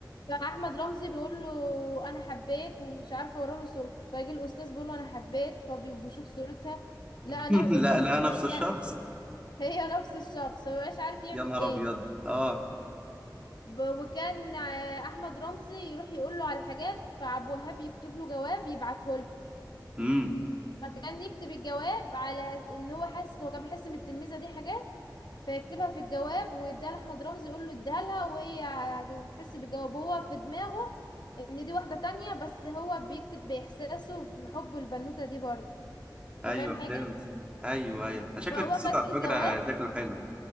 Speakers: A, on the left; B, on the right.
A: فأحمد رمزي بيقول له أنا حبيت ومش عارفة أورا له صورته فيجي الأستاذ بيقول له أنا حبيت فبيشوف صورتها لا
B: <laughs>
A: أنا
B: لا
A: البنوتة
B: لا نفس
A: دي
B: الشخص
A: لا هي نفس الشخص هو مش عارف يعمل
B: يا نهار
A: إيه
B: ابيض اه
A: ب- وكان آه، أحمد رمزي يروح يقول له على حاجات فعبد الوهاب يكتب له جواب يبعته
B: امم
A: فكان يكتب الجواب على ان هو حاسس هو كان بيحس ان التلميذه دي حاجات فيكتبها في الجواب ويديها لاحمد رمزي يقول له اديها لها وهي هتحس بالجواب هو في دماغه ان دي واحده تانية بس هو بيكتب باحساسه في حبه للبنوته دي برضه
B: ايوه
A: انت فاهم حاجه
B: فهمت ايوه ايوه ده شكل
A: فهو
B: قصته
A: خد
B: على
A: الجواب
B: فكرة شكله حلو